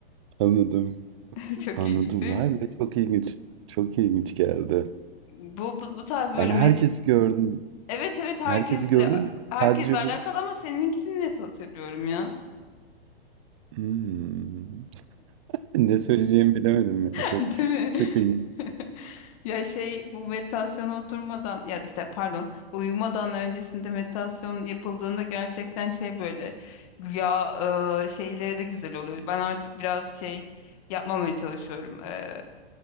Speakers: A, on the right (about 30°); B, on the left (about 35°).
A: Anladım.
B: <laughs> Çok
A: Anladım.
B: ilginç değil
A: Vay
B: mi?
A: be çok ilginç. Çok ilginç geldi.
B: Bu, bu, bu tarz böyle
A: Yani
B: met...
A: herkesi gördün.
B: Evet evet herkesle
A: Herkesi gördün.
B: herkesle
A: Sadece
B: alakalı
A: bu
B: ama seninkisini net hatırlıyorum ya.
A: Hımm. Ne söyleyeceğimi bilemedim
B: <laughs>
A: ya. Çok
B: Değil mi?
A: çok ilginç.
B: <laughs> Ya şey bu meditasyona oturmadan ya işte pardon uyumadan öncesinde meditasyon yapıldığında gerçekten şey böyle rüya e, şeyleri de güzel oluyor. Ben artık biraz şey yapmamaya çalışıyorum. E,